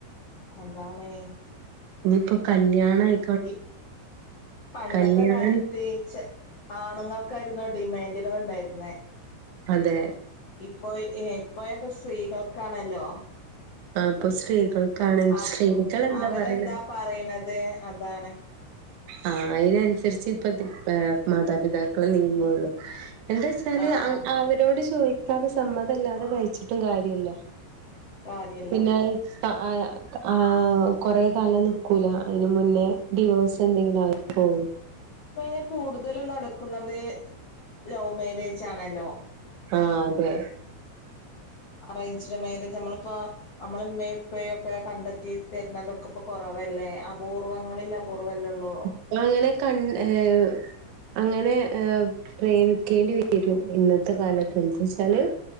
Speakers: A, on the left; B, on the right.
A: അതാണേ.
B: ഇഞ്പ്പോ കല്യാണായ്
A: ഇ പണ്ടത്തെ
B: കല്യാൺ
A: കാലത്ത് ചെ ആണുങ്ങർക്കായിരുന്നു ഡിമാൻഡുകൾ ഉണ്ടായിരുന്നേ.
B: അതെ.
A: ഇപ്പോയ് ഇപ്പോയൊക്കെ സ്ത്രീകൾക്കാണല്ലോ.
B: ആ ഇപ്പൊ സ്ത്രീകൾക്കാണ്
A: അവ്
B: സ്ത്രീകൾ
A: ഉം
B: എന്താ
A: അവരെന്താ
B: പറയണെ
A: പറയ്ണത് അതാണ്.
B: ആഹ് അയ്നൻസരിച്ചേ ഇപ്പ തിപ് ഏഹ് മാതാപിതാക്കള് നീങ്ങൊള്ളു. എന്താ വച്ചാല്
A: ആഹ്
B: അ അവരോട് ചോദിക്കാതെ സമ്മതംല്ലാതെ കഴിച്ചിട്ടും കാര്യല്ല.
A: കാര്യല്ല
B: പിന്നത് അ അഹ് ആഹ് കൊറേ കാലം നിക്കൂല. അയ്ന് മുന്നേ ഡിവോഴ്സ് സെന്തെങ്കിലു ആയിപ്പോവും.
A: ഇപ്പയ്ന് കൂടുതലും നടക്കുന്നത് ലൗ മേരേജ് ആണല്ലോ.
B: ആഹ് അതെ.
A: അറയിഞ്ച്ഡ് മേരേജ് നമ്മളിപ്പോ, നമ്മളെ ഇമ്മയും ഉപ്പയു ഒക്കെ കണ്ടെത്തി തരുന്നതൊക്കെ ഇപ്പൊ കൊറവല്ലേ. അപൂർവങ്ങളിൽ അ പൂർവല്ലൊള്ളൂ.
B: അപ്പൊ അങ്ങനെ കൺ ഹേഹ് അങ്ങനെ ഏഹ് പ്രേമിക്കേണ്ടി വരും ഇന്നത്തെ കാലത്ത്. എന്താ വച്ചാല്,